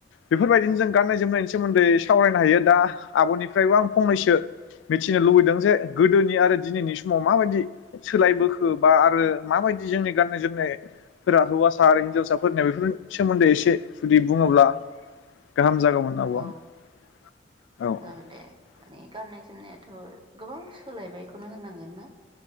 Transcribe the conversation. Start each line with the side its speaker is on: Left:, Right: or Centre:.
Left: बेफोरबायदिनो जों गान्नाय जोमनायनि सोमोन्दै सावरायनो हायो दा आब'निफ्रायबो आं फंनैसो मिथिनो लुबैदों जे गोदोनि आरो दिनैनि समाव माबायदि सोलायबोखो बा आरो माबायदि जोंनि गाननाय जोमनायफोरा हौवासा आरो हिनजावसाफोरनिया बेफोरनि सोमोन्दै एसे जुदि बुङोब्ला गाहाम जागौमोन
Right: औ
Left: आब' औ।
Right: जागोन दे माने गाननाय जोमनायाथ' गोबां सोलायबायखौनो होननांगोनना।